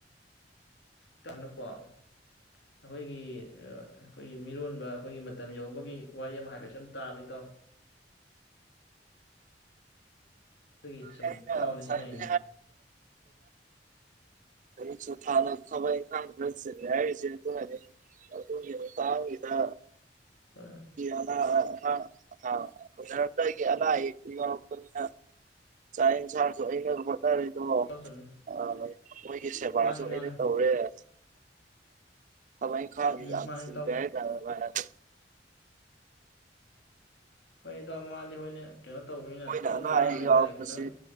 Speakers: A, on the left; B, on the right.
A: ꯇ ꯍꯟꯅꯛꯄꯣ ꯑꯩꯈꯣꯏꯒꯤ ꯑꯩꯈꯣꯏꯒꯤ ꯃꯤꯔꯣꯟꯕ ꯑꯩꯈꯣꯏꯒꯤ ꯃꯇꯝ ꯌꯧꯕꯒꯤ ꯋꯥꯔꯤ ꯑꯃ ꯍꯥꯏꯐꯦꯠ ꯁꯨꯝ ꯇꯥꯕ ꯏꯇꯥꯎ ꯑꯗꯨꯒꯤ ꯁꯨꯝ
B: ꯑꯩꯅ
A: ꯇꯥꯎ
B: ꯉꯁꯥꯏꯗꯒꯤ
A: ꯅꯤꯁꯤꯡꯉꯥꯏꯅꯦ
B: ꯀꯩ ꯆ ꯐꯅ ꯊꯕꯛ ꯏꯪꯈꯥꯡ ꯈꯔ ꯆꯤꯜꯂꯦ ꯍꯥꯏ <unintelligible> ꯑꯗꯨꯒꯤ ꯃꯇꯥꯡꯒꯤꯗ
A: ꯍꯣꯏ
B: <unintelligible> ꯑ ꯑ ꯎꯅꯔꯝꯗꯥꯏꯒꯤ ꯑꯅꯥ ꯑꯌꯦꯛꯇꯤ ꯌꯥꯎꯔꯛꯄꯅꯤꯅ ꯆꯥꯛ ꯏꯟꯁꯥꯡꯁꯨ ꯑꯩꯅ ꯑꯝ ꯍꯣꯠꯅꯔꯦ ꯑꯣ
A: ꯏꯇꯥꯎ ꯆꯨꯝꯃꯤ
B: ꯑ ꯂ ꯃꯣꯏꯒꯤ ꯁꯦꯕꯥꯁꯨ
A: ꯃꯥꯅꯦ ꯃꯥꯅꯦ
B: ꯑꯩꯅ ꯇꯧꯔꯦ ꯑ ꯊꯕꯛ ꯏꯪꯈꯥꯡꯁꯨ
A: ꯎꯝ
B: ꯌꯥꯝ
A: ꯃꯥꯅꯦ
B: ꯆꯤꯜꯂꯦ
A: ꯏꯇꯥꯎ
B: ꯍꯥꯏ ꯇꯥꯔꯦ ꯕꯥꯏ ꯑꯗ
A: ꯍꯣꯏ ꯏꯇꯥꯎ ꯃꯅꯤ ꯍꯣꯏꯅꯦ ꯀꯩꯅꯣ ꯇꯧꯕꯅꯤꯅ
B: ꯃꯣꯏꯅ
A: ꯑꯂꯨ
B: ꯑꯅꯥ
A: ꯃꯔꯥꯡ
B: ꯑꯌꯦꯛ
A: ꯍꯥꯏꯇꯥꯔꯦ
B: ꯌꯥꯎꯔꯛꯄꯁꯤ
A: ꯈꯤꯇꯪ